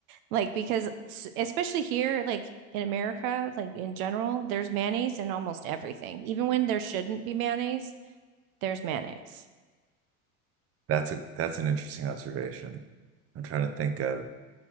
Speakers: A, on the right; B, on the right.
A: like because s- especially here, like in America, like in general, there's mayonnaise in almost everything. Even when there shouldn't be mayonnaise, there's mayonnaise.
B: That's a that's an interesting observation. I'm trying to think of,